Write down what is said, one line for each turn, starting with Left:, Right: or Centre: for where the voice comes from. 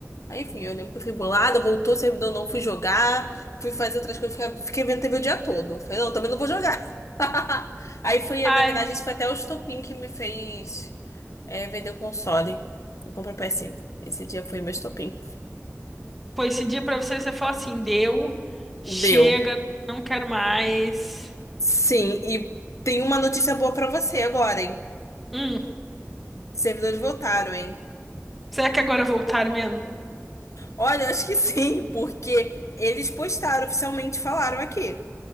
Left: Aí, enfim, eu lembro que eu fui bolada, voltou o servidor, não fui jogar, fui fazer outras coisas, fica- fiquei vendo TV o dia todo. Falei, não, também não vou jogar. <laughs> Aí foi,
Centre: Ai.
Left: na verdade, isso foi até o estopim que me fez. É, vendeu console e comprou PS5. Esse dia foi meu estopim.
Centre: Foi esse dia pra você, você fala assim, deu, chega,
Left: Deu.
Centre: não quero mais.
Left: Sim, e tem uma notícia boa pra você agora, hein?
Centre: Hum,
Left: Servidores voltaram, hein?
Centre: será que agora voltaram mesmo?
Left: Olha, eu acho que <laughs> sim, porque eles postaram oficialmente, falaram aqui.